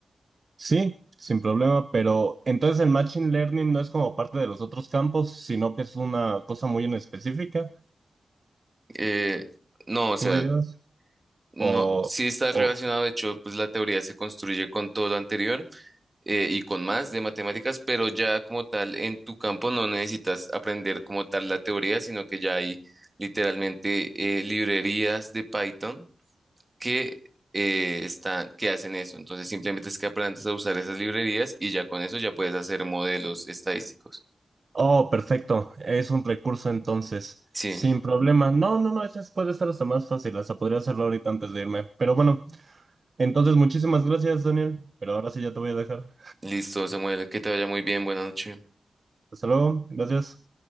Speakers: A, on the right; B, on the right.
A: Sí, sin problema, pero entonces el Machine Learning no es como parte de los otros campos, sino que es una cosa muy en específica,
B: Eh, no, o sea,
A: ¿tú dirías?
B: no,
A: O,
B: sí está
A: o,
B: relacionado. De hecho, pues la teoría se construye con todo lo anterior eh, y con más de matemáticas, pero ya como tal en tu campo no necesitas aprender como tal la teoría, sino que ya hay literalmente eh, librerías de Python que eh, están, que hacen eso. Entonces simplemente es que aprendes a usar esas librerías y ya con eso ya puedes hacer modelos estadísticos.
A: Oh, perfecto. Es un recurso entonces.
B: Sí,
A: Sin problema. No, no, no, esa es- puede estar hasta más fácil. Hasta podría hacerlo ahorita antes de irme. Pero bueno, entonces muchísimas gracias, Daniel. Pero ahora sí ya te voy a dejar.
B: listo, Samuel, que te vaya muy bien, buenas noches.
A: Hasta luego. Gracias.